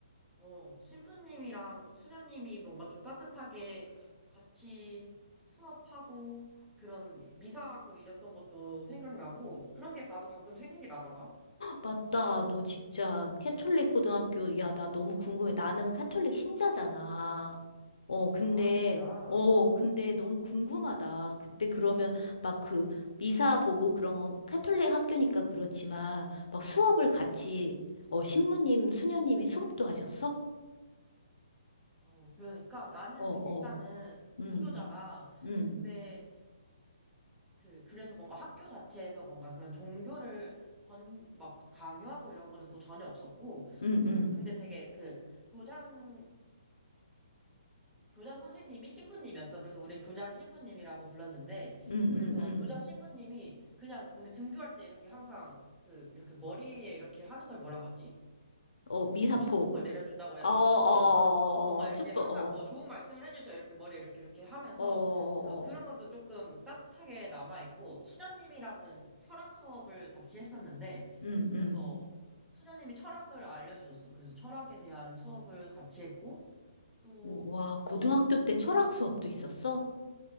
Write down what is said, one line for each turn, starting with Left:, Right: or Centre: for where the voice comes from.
Centre: 어, 신부님이랑 수녀님이 뭔가 좀 따뜻하게 같이 수업하고 그런 미사하고 이랬던 것도 생각나고 그런 게 나도 가끔 생각이 나더라.
Left: 맞다. 너 진짜 캐톨릭 고등학교, 야, 나 너무 궁금해. 나는 캐톨릭 신자잖아. 어, 근데,
Centre: 아, 진짜.
Left: 어, 근데 너무 궁금하다. 그때 그러면 막 그 미사 보고 그런 건 캐톨릭 학교니까 그렇지만 막 수업을 같이,
Centre: 응, 응.
Left: 어, 신부님, 수녀님이 수업도 하셨어?
Centre: 어, 그러니까 나는
Left: 어, 어,
Centre: 일단은
Left: 음,
Centre: 무교잖아.
Left: 음,
Centre: 근데 그, 그래서 뭔가 학교 자체에서 뭔가 그런 종교를 건, 막 강요하고 이런 거는 또 전혀 없었고
Left: 음,
Centre: 또
Left: 음,
Centre: 근데 되게 그 도장님이 교장 선생님이 신부님이었어. 그래서 우린 교장 신부님이라고 불렀는데,
Left: 음, 음,
Centre: 그래서
Left: 음.
Centre: 교장 신부님이 그냥 우리 등교할 때 이렇게 항상 그, 이렇게 머리에 이렇게 하는 걸 뭐라고 하지?
Left: 어,
Centre: 이렇게
Left: 미사포.
Centre: 뭔가 축복을 내려준다고 해야
Left: 어,
Centre: 되나?
Left: 어, 어, 어,
Centre: 어, 어. 뭔가
Left: 어, 어,
Centre: 이렇게
Left: 축복,
Centre: 항상
Left: 어,
Centre: 뭐 좋은 말씀을 해주셔. 이렇게 머리에 이렇게 이렇게 하면서.
Left: 어, 어, 어,
Centre: 그래서 그런
Left: 어.
Centre: 것도 조금 따뜻하게 남아있고, 수녀님이랑은 철학 수업을 같이 했었는데,
Left: 음,
Centre: 그래서
Left: 음.
Centre: 수녀님이 철학을 알려주셨어. 그래서 철학에 대한 수업을 같이 했고, 또,
Left: 오, 와, 고등학교
Centre: 뭐,
Left: 때 철학 수업도 있었어?